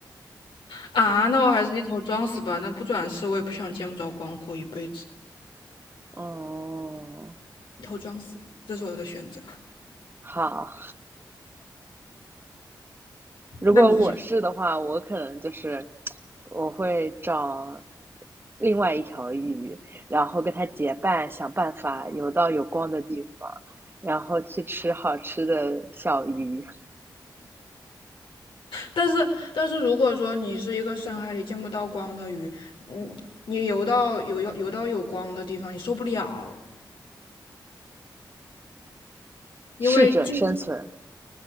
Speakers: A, on the left (about 80°); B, on the right (about 25°).
A: 啊？那我还是一头撞死吧，那不转世我也不想见不着光活一辈子，
B: 哦，
A: 一头撞死，这是我的选择。
B: 好，如果我是的话，
A: 那你想，
B: 我可能就是我会找另外一条鱼，然后跟它结伴，想办法游到有光的地方，然后去吃好吃的小鱼，
A: 但是但是如果说你是一个深海里见不到光的鱼，嗯，你游到游游游到有光的地方，你受不了，因为进，
B: 适者生存，